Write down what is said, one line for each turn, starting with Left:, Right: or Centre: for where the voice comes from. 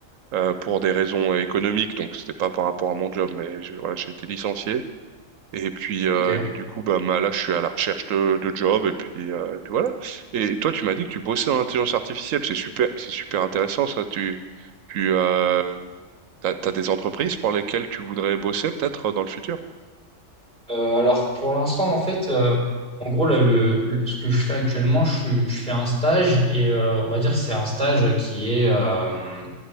Right: euh, pour des raisons économiques, donc c'était pas par rapport à mon job, mais je- voilà, j'ai été licencié. Et puis, euh,
Centre: Ok.
Right: et puis du coup, bah, ma- là, je suis à la recherche de, de job, et puis, euh, et puis voilà. Et toi, tu m'as dit que tu bossais dans l'intelligence artificielle, c'est super, c'est super intéressant ça. Tu, tu, euh, t'as, t'as des entreprises pour lesquelles tu voudrais bosser peut-être dans le futur?
Centre: Euh, alors pour l'instant, en fait, euh, en gros, là, le, le- ce que je fais actuellement, je, suis- je fais un stage et euh, on va dire que c'est un stage qui est, euh,